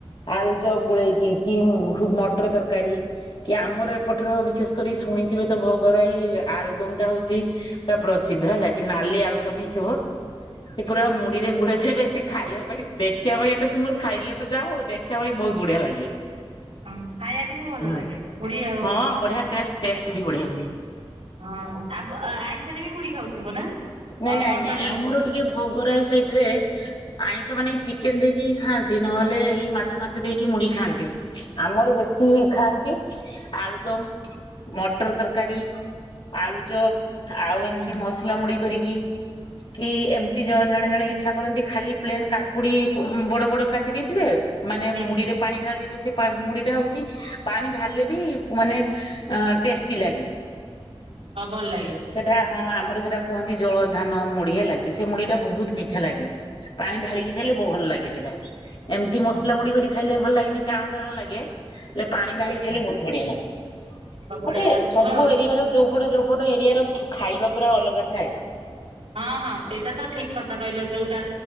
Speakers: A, on the left; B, on the right.
A: ଆଳୁ ଚପ୍ ଗୋଳେଇକି କି ମଟର ତରକାରୀ କି ଆମର ଏପଟରେ ବିଶେଷ କରି ଶୁଣିଥିବେ ତ ଭୋଗରାଇ ଆଳୁଦମ ଟା ହଉଚି ପୁରା ପ୍ରସିଦ୍ଧ ହେଲା କି, ନାଲି ଆଳୁଦମ ହେଇଥିବ ସେ ପୁରା ମୋ ଗୁଡେଏ ବେଶୀ ଖାଇବା ପାଇଁ ଦେଖିବା ପାଇଁ ଏତେ ସୁନ୍ଦର, ଖାଇଲେ ତ ଯାହା ହଉ ଦେଖିବା ପାଇଁ ବହୁତ ବଢିଆ ଲାଗେ।
B: ହଁ ଖାଇବାକୁ ବି ଭଲ
A: ହୁଁ
B: ଲାଗେ <unintelligible> ଆଉ।
A: ହଁ ବଢିଆ ଟେଷ୍ଟ ଟେଷ୍ଟ ବି ବଢିଆ ହୁଏ।
B: ହଁ <unintelligible> ଆ ଆଇଁଷରେ ବି ମୁଢ ଖାଉଥିବ ନା?
A: ନାଇଁ
B: ଅ
A: ନାଇଁ
B: ମଟନ
A: ନାଇଁ
B: ମୁଢି
A: ଆମର ଟିକେ ଭୋଗରାଇ ସାଇଟରେ ଆଇଁଷ ମାନେ ଚିକେନ ଦେଇକି ଖାଆନ୍ତି ନହେଲେ ଏଇ ମାଛ ପାଛ ଦେଇକି ମୁଡି ଖାଆନ୍ତି ଆମର ବେଶୀ ଖାଆନ୍ତି। ଆଳୁଦମ। ମଟର ତରକାରୀ, ଆଳୁଚପ ଆଉ ଏମିତି
B: ହୁଁ
A: ମସଲା ମୁଡି। କରିକି, କି ଏମତି ଜଣେ ଜଣେ ଜଣେ ଇଚ୍ଛା କରନ୍ତି ଖାଲି ପ୍ଲେନ କାକୁଡି ବଡ ବଡ କାଟି ଦେଇଥିବେ ମାନେ
B: ହୁଁ
A: ମୁଢିରେ
B: ହୁଁ
A: ପାଣି ଢାଳି ଦେଇଥିବେ ପା ସେ ମୁଢଟା ହେଉଛି ପାଣି ଢାଲେ ବି ମାନେ ଟେଷ୍ଟି ଲାଗେ।
B: ହଁ ଭଲ ଲାଗେ
A: ସେଟା ହଁ ଆମର ସେଟା କୁହନ୍ତି ଜଳ ଧାନ ମୁଢ଼ି ହେଲା। କି ସେ ମୁଢିଟା ବହୁତ ମିଠା ଲାଗେ। ପାଣି ଢାଳିକି ଖାଇଲେ ବହୁ ଭଲ ଲାଗେ ସେଟା। ଏମିତି ମସଲା
B: ହଁ
A: ମୁଢି କରି ଖାଇଲେ ଭଲ ଲାଗେନି ଟାଣ ଟାଣ ଲାଗେ ହେଲେ ପାଣି ଢାଳି ଖାଇଲେ ବହୁତ ବଢିଆ ଲାଗେ
B: ବଢିଆ
A: ଗୋଟେ
B: ଲାଗୁଥିବ
A: ସବୁ
B: ଆଉ।
A: ଏରିଆ ର ଯୋଉପଟେ ଯୋଉପଟ ର ଖା ଖାଇବା ପୁରା ଅଲଗା ଥାଏ।
B: ହଁ ହଁ ସେଇଟା ତ ଠିକ କଥା କହିଲ ଯୋଉଟା